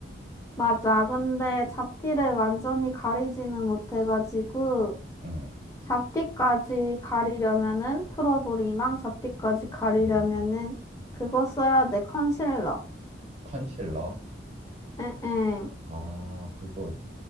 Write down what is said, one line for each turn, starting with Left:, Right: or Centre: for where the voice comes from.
Left: 맞아. 근데 잡티를 완전히 가리지는 못해가지고
Right: 음,
Left: 잡티까지 가리려면은 트러블이랑 잡티까지 가리려면은
Right: 음, 음, 음.
Left: 그거 써야 돼. 컨실러.
Right: 컨실러?
Left: 응응. 응,
Right: 아, 그거